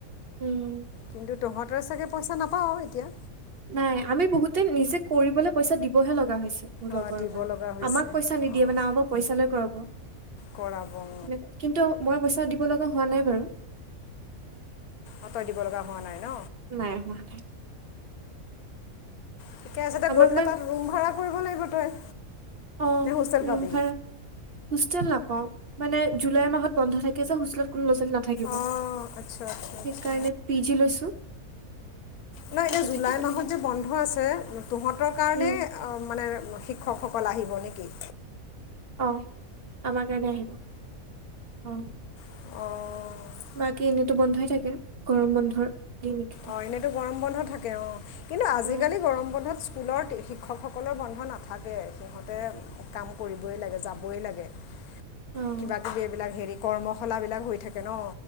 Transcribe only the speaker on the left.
কিন্তু তহঁতৰ চাগে পইচা নাপাৱ এতিয়া?
অঁ
দিব
লগা হৈছে
অঁ
কৰাব অ'।
অ' তই দিব লগা হোৱা নাই ন?
ঠিকে আছে দে
গৈ পেলাই
তাত ৰুম ভাড়া কৰিব লাগিব তই?
নে হোষ্টেল
পাবি
অঁ আচ্ছা আচ্ছা
আচ্ছা
নহয় এতিয়া
জুলাই
মাহত
যে বন্ধ আছে, তহঁতৰ কাৰণে
মানে শিক্ষকসকল আহিব নেকি?
অ'।
অ' এনেইতো গৰম বন্ধ থাকে অ' কিন্তু আজিকালি
গৰম বন্ধত স্কুলৰ শিক্ষকসকলৰ বন্ধ নাথাকে, সিহঁতে কাম কৰিবই লাগে যাবই লাগে।
কিবা কিবি এইবিলাক হেৰি কৰ্মশালা বিলাক হৈ থাকে ন,